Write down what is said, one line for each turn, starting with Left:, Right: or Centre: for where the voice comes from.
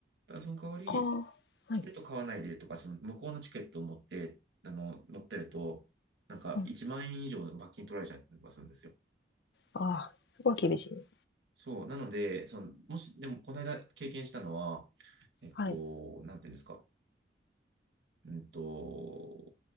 Right: だからその代わり、
Left: ああ、
Right: チケット買わないでとか、
Left: はい。
Right: その向こうのチケットを持って、あの、乗ってると、なんか1万円以上の罰金取られちゃったりとかするんですよ。
Left: うん、ああ、そこは厳しい。
Right: そう。なので、その、もし、でも、この間経験したのは、えっと、
Left: はい。
Right: なんていうんですか。うんと、